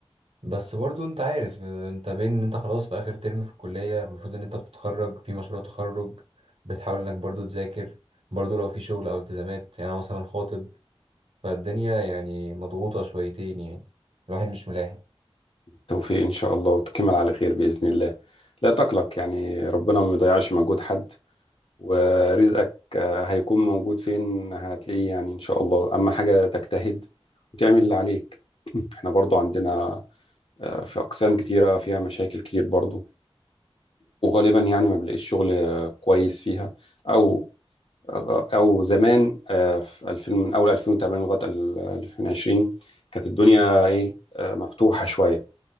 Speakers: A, on the right; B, on the left.
A: بس برضو انت عارف آه، انت بين ان انت خلاص في اخر ترم في الكلية المفروض ان انت بتتخرج في مشروع تخرج بتحاول انك برضو تذاكر برضو لو في شغل او التزامات يعني انا مثلا خاطب فالدنيا يعني مضغوطة شويتين يعني الواحد مش ملاحق
B: توفيق ان شاء الله وتكمل على خير باذن الله لا تقلق يعني ربنا ما بيضيعش مجهود حد ورزقك آه، هيكون موجود فين هتلاقيه يعني ان شاء الله اما حاجة تجتهد وتعمل اللي عليك <clears throat> <laughs> احنا برضو عندنا آه، في اقسام كتيرة فيها مشاكل كتير برضو وغالبا يعني ما بنلاقيش شغل آه، كويس فيها او غ- او زمان آه، في 2000 من اول 2008 لغايه ال- 2020 كانت الدنيا ايه آه، مفتوحه شويه